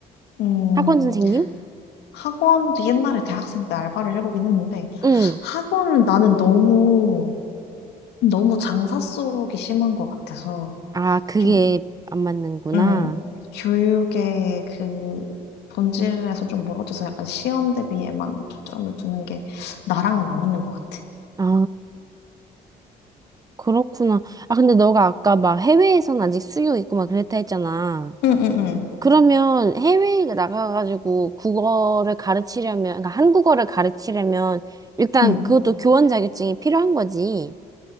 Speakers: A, on the left; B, on the right.
A: 음,
B: 학원 선생님?
A: 학원도 옛날에 대학생 때 알바를 해보긴 했는데
B: 응.
A: 학원은 나는 너무 너무 장사 속이 심한 것 같아서
B: 아, 그게
A: 좀,
B: 안 맞는구나.
A: 음, 교육의 그 본질에서 좀 멀어져서 약간 시험 대비에만 초점을 두는 게 나랑은 안 맞는 것 같아.
B: 아, 그렇구나. 아, 근데 너가 아까 막 해외에선 아직 수요 있고 막 그랬다 했잖아.
A: 응, 응, 응.
B: 그러면 해외에 나가가지고 국어를 가르치려면, 그러니까 한국어를 가르치려면 일단
A: 응.
B: 그것도 교원 자격증이 필요한 거지.